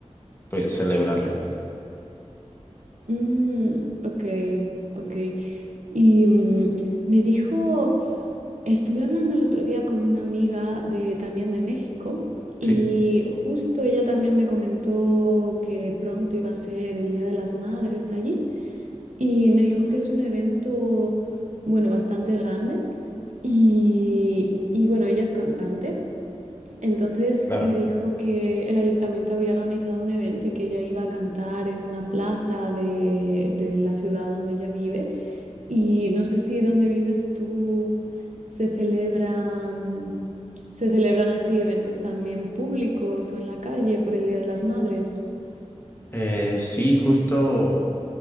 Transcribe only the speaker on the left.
pues celebrarle.
Sí,
claro.
Eh, sí, justo